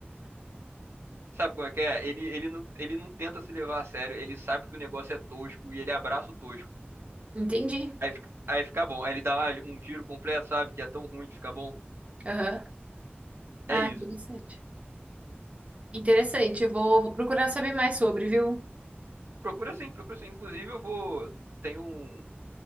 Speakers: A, on the right (about 80°); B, on the right (about 35°).
A: Sabe como é que é? Ele, ele não, ele não tenta se levar a sério, ele sabe que o negócio é tosco e ele abraça o tosco.
B: Entendi.
A: Aí, fica- aí fica bom. Aí ele dá uma- um giro completo, sabe? Que é tão ruim que fica bom.
B: Aham.
A: É
B: Ah,
A: isso.
B: interessante. Interessante. Eu vou, vou procurar saber mais sobre, viu?
A: Procura sim, procura sim. Inclusive eu vou. Tem um,